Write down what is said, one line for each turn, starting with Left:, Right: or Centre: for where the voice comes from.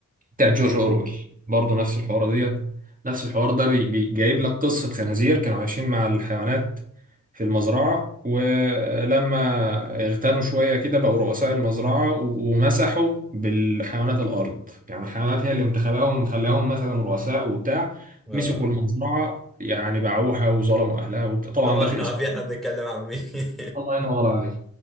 Right: بتاع جورج اورويل برضه نفس الحوار ديت نفس الحوار ده بي- بي- جايب لك قصة خنازير كانوا عايشين مع الحيوانات في المزرعة ولما اغتنوا شوية كده بقوا رؤساء المزرعة و- ومسحوا بالحيوانات الأرض يعني الحيوانات هي اللي انتخباهم وخلاهم مثلا رؤساء وبتاع
Centre: اه
Right: مسكوا المزرعة يعني باعوها وظلموا أهلها وبتاع طبعا
Centre: طبعا
Right: ده في
Centre: احنا
Right: اسم
Centre: عارفين احنا بنتكلم عن مين <laughs>
Right: الله ينور عليك